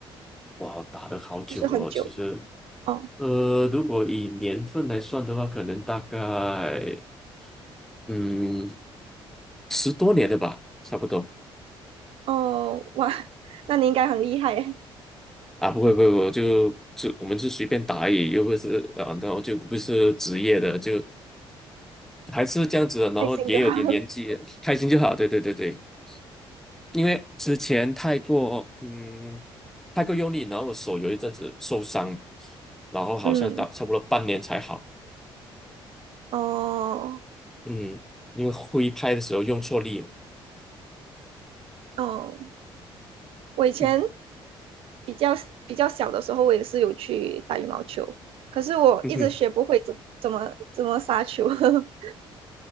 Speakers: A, in the centre; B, on the right (about 70°).
A: 哇，打了好久了哦，
B: 就是很久
A: 其实，
B: 哦
A: 呃，如果以年份来算的话，可能大概嗯十多年了吧，差不多
B: 哦哇，<laughs> 那你应该很厉害耶，
A: 啊，不会不会，我就就我们是随便打而已，又不是啊，然后就不是职业的，就还是这样子的，然后也有点年纪，
B: 开心就好。<laughs>
A: 开心就好，对对对对，因为之前太过嗯太过用力，然后我手有一阵子受伤，然后好像打差不多半年才好。
B: 嗯哦
A: 嗯，因为挥拍的时候用错力了。
B: 哦。我以前
A: 嗯
B: 比较比较小的时候，我也是有去打羽毛球，可是我一直学不会怎怎么怎么杀球，
A: 嗯哼，
B: <laughs>